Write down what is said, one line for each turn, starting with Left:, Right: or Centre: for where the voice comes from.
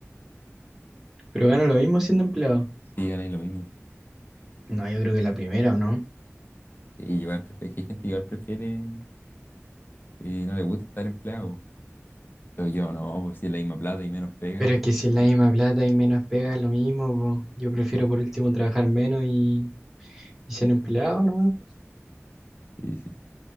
Centre: Pero gano lo mismo siendo empleado.
Left: Sí, ganáis lo mismo.
Centre: No, yo creo que la primera, ¿o no?
Left: Y igual prefiere, es que hay gente que igual prefiere y no le gusta estar empleado. Pero yo no, pues si es la misma plata y menos pega.
Centre: Pero es que si es la misma plata y menos pega, lo mismo, po. Yo prefiero
Left: Sí,
Centre: por último trabajar menos y, y ser empleado, ¿no?
Left: sí, sí.